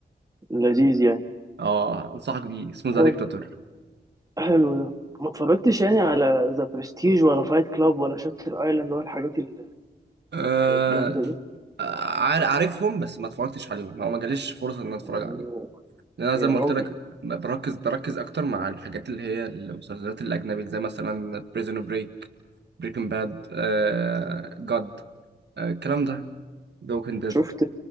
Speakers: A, on the right; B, on the right.
A: لذيذ
B: اه انصحك بيه اسمه ذا
A: يعني
B: ديكتاتور
A: حلو ده ما اتفرجتش يعني على ذا برستيج ولا فايت كلاب ولا شاتر ايلاند ولا الحاجات ال-
B: آه
A: الجامده دي
B: عار- عارفهم بس ما اتفرجتش عليهم او ما جاليش فرصه ان أنا اتفرج
A: أوه،
B: عليهم لان انا
A: يا
B: زي ما
A: راجل
B: قلت لك ب- بركز بركز اكتر مع الحاجات اللي هي المسلسلات الاجنبي زي مثلا بريزون بريك بريكنج باد آه جاد آه الكلام ده ذا ووكينج
A: شفت